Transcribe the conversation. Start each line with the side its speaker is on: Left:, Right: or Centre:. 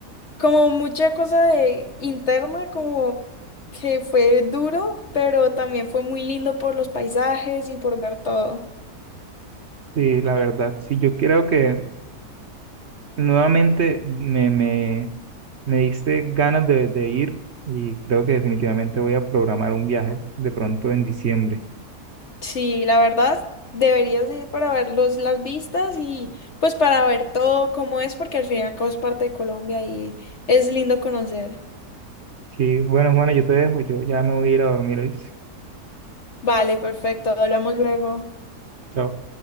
Left: como mucha cosa de interna, como que fue duro, pero también fue muy lindo por los paisajes y por ver todo.
Right: Sí, la verdad, sí, yo creo que nuevamente me, me, me diste ganas de, de ir y creo que definitivamente voy a programar un viaje de pronto en diciembre.
Left: Sí, la verdad, deberías ir para ver los, las vistas y pues para ver todo cómo es, porque al fin y al cabo es parte de Colombia y es lindo conocer.
Right: Sí, bueno, Juana, yo te dejo, yo ya me voy a ir a dormir hoy.
Left: Vale, perfecto, hablamos luego.
Right: Chao.